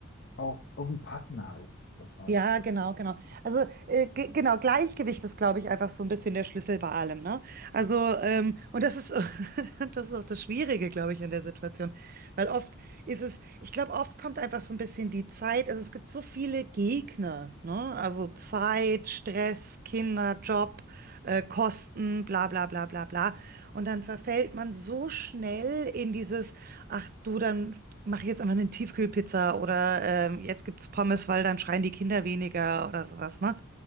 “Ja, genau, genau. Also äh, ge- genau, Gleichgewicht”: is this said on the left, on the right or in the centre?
Right